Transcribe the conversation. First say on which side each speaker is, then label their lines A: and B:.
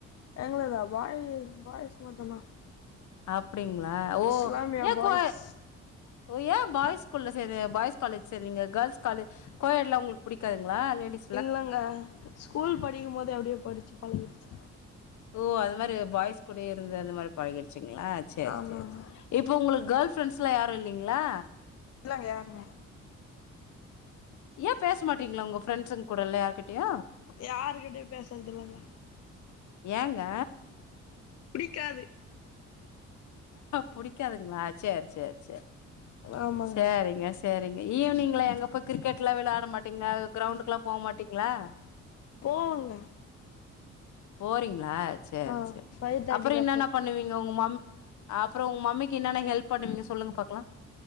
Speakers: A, on the left (about 55°); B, on the left (about 70°).
A: எங்களதா பாய் பாய்ஸ் மட்டுதா
B: அப்டிங்களா ஓ
A: இஸ்லாமியா
B: ஏ
A: பாய்ஸ்
B: கோ ஓ ஏ பாய்ஸ்கூல்ல சேர பாய்ஸ் காலேஜ் சேரீங்க கேர்ள்ஸ் காலேஜ் கோயெட்லா உங்களுக்கு புடிக்காதுங்களா லேடிஸ்
A: இல்லங்க ஸ்கூல் படிக்கும் போதே அப்டே படிச்சு பழகிடுச்சு
B: ஓ அது மாரி பாய்ஸ் கூடயே இருந்து அந்த மாரி பழகிடுச்சுங்களா சேர்
A: ஆமாங்க
B: சேர் இப்ப உங்களுக்கு கேர்ள் ஃப்ரெண்ட்ஸ்ல்லா யாரு இல்லைங்களா
A: இல்லங்க யாருமே
B: ஏ பேச மாட்டீங்ளா உங்க ஃப்ரெண்ட்சுங்கூடல்லா யார்க்கிட்டயு
A: யார்கிட்டயு பேசறதில்லங்க
B: ஏங்க
A: பிடிக்காது
B: புடிக்காதுங்ளா சேர் சேர் சேர்
A: ஆமாங்க
B: சேரிங்க சேரிங்க ஈவ்னிங்ல எங்கப்போ கிரிக்கெட்லா விளையாட மாட்டீங்களா கிரௌண்டுக்குல்லா போமாட்டீங்களா
A: போவங்க
B: போறீங்களா சேரி
A: ஆ
B: சேரி
A: ஃபைவ் தேர்ட்டிக்கு
B: அப்பறோ என்னென்ன
A: அப்றோ
B: பண்ணுவீங்க உங்க மம் அப்பறோ உங்க மம்மிக்கு என்னன்னா ஹெல்ப் பண்ணுவீங்க சொல்லுங்க பாக்கலா